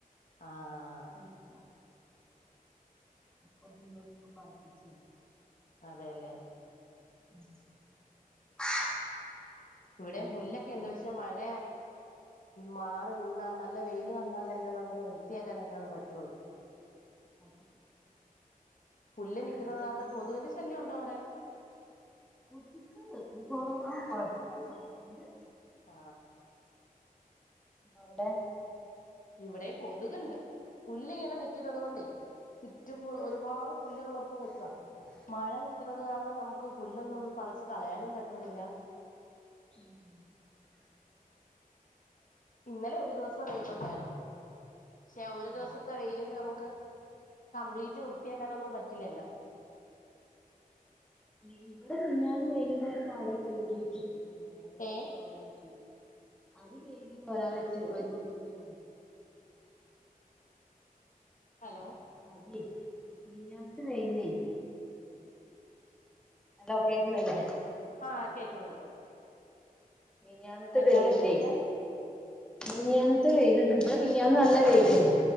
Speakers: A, on the left; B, in the centre.
A: ആഹ്
B: <unintelligible> അപ്പൊ പിന്നെ ഓളിപ്പോ പ്രാർത്ഥിച്ചാണ്
A: അതെല്ലേ
B: <unintelligible>
A: ഇവിടേം
B: പിന്നെ
A: പുല്ലൊക്കെയുണ്ട്
B: എന്തൊക്കെയാ
A: പക്ഷെ മഴ മാറിനിന്നാൽ നല്ല വെയില് വന്നാലല്ലേ നമ്മക്ക് വൃത്തിയാക്കാനൊക്കെ പറ്റൊള്ളു
B: അത്
A: പുല്ല് നിക്കുന്നത്
B: ഇവിടെ
A: കാരണം
B: ഇതന്
A: കൊതുകിന്റെ ശല്യം ഉണ്ടോ അവിടെ? <unintelligible>
B: ക് കൊറവാ കൊഴപ്പല്ല ണ്ട്‌
A: ആ
B: അവ്ടെ
A: ഇവിടേം കൊതുക്ണ്ട്‌ പുല്ലിങ്ങനെ നിക്കുന്നത് കൊണ്ടെയ് മിറ്റം ഒരുപാട് പുല്ലുകളൊക്കെ വെക്ക മഴ നിക്കുന്നത് കാരണം നമ്മുക്ക് പുല്ലൊന്നും പറിച്ച് കളയാനും പറ്റുന്നില്ല
B: <unintelligible>
A: ഇന്നലെ ഒരു ദിവസം വെയിലുണ്ടായിരുന്നു ക്ഷേ ഒരു ദിവസത്തെ
B: ഏഹ്
A: വെയിലിന് നമ്മക്ക് കംപ്ലീറ്റ് വൃത്തിയാക്കാനൊന്നും പറ്റില്ലല്ലോ
B: ഇവ്ടെ മിനിഞ്ഞാന്ന് വൈകുന്നേരം വാരി കഴുകി വച്ചു അരി
A: ഏ
B: കഴുകി തോരാൻ വച്ചു അരി കഴുകി തോരാൻ വച്ചു അരി പൊടിപ്പിച്ചു ന്നു
A: ഹലോ
B: അരിയേയ് മിനിഞ്ഞാന്നത്തെ വെയിലിനെയ് ഹലോ കേൾക്കുന്നില്ലേ
A: ആ കേക്കുന്നുണ്ട്
B: മിൻഞ്ഞാന്നത്തെ
A: എന്താടാ
B: വെയിലിനെയ്
A: ചോദിച്ചേ
B: മിനിഞ്ഞാന്ന ത്തെ വെയില് ബ്ബടെ മിൻഞ്ഞാന്ന് നല്ല വെയിലെയ്നു